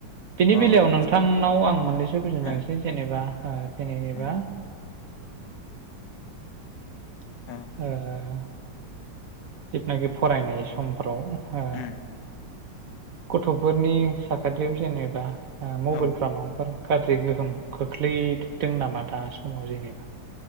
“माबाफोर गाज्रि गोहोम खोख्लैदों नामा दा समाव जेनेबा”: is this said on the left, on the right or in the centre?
Right